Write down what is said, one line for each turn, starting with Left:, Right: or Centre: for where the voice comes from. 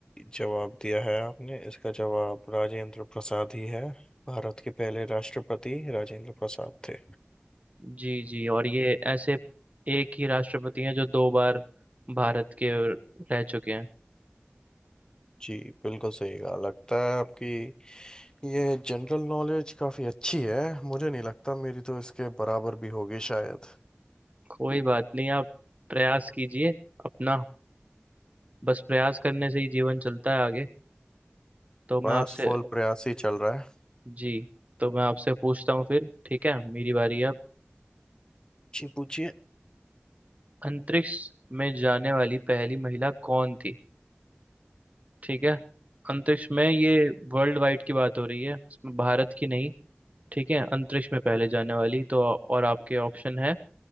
Left: जवाब दिया है आपने इसका जवाब राजेंद्र प्रसाद ही है भारत के पहले राष्ट्रपति राजेंद्र प्रसाद थे
Right: जी जी और ये ऐसे एक ही राष्ट्रपति हैं जो दो बार भारत के रह चुके हैं
Left: जी बिल्कुल सही कहा लगता है आपकी ये जनरल नॉलेज काफी अच्छी है मुझे नहीं लगता मेरी तो इसके बराबर भी होगी शायद
Right: कोई बात नहीं आप प्रयास कीजिए अपना बस प्रयास करने से ही जीवन चलता है आगे तो मैं
Left: बस
Right: आपसे
Left: फुल प्रयास ही चल रहा है
Right: जी तो मैं आपसे पूछता हूँ फिर ठीक है मेरी बारी है अब
Left: जी पूछिए
Right: अंतरिक्ष में जाने वाली पहली महिला कौन थी ठीक है अंतरिक्ष में ये वर्ल्ड वाइड की बात हो रही है इसमें भारत की नहीं ठीक है अंतरिक्ष में पहले जाने वाली तो और आपके ऑप्शन है